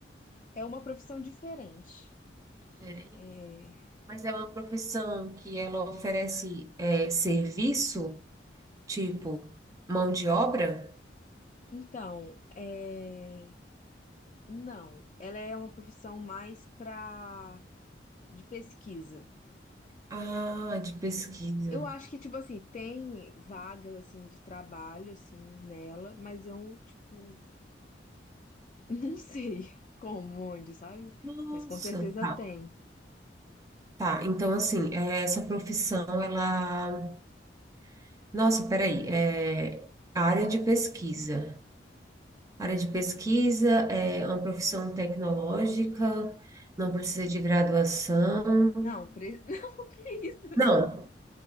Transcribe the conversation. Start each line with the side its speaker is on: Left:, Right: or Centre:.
Left: É uma profissão diferente.
Right: Peraí.
Left: É,
Right: Mas é uma profissão que ela oferece é, serviço, tipo mão de obra?
Left: Então, é, não, ela é uma profissão mais para de pesquisa.
Right: Ah, de pesquisa.
Left: Eu acho que, tipo assim, tem vagas, assim, de trabalho, assim, nela, mas eu, tipo, <laughs> não sei como, onde, sabe?
Right: Nossa.
Left: Mas com certeza
Right: Tá,
Left: tem.
Right: tá. Então, assim, é, essa profissão, ela. Nossa, peraí. É, área de pesquisa. Área de pesquisa é uma profissão tecnológica, não precisa de graduação.
Left: Não, pre... <laughs> não, que isso?
Right: Não,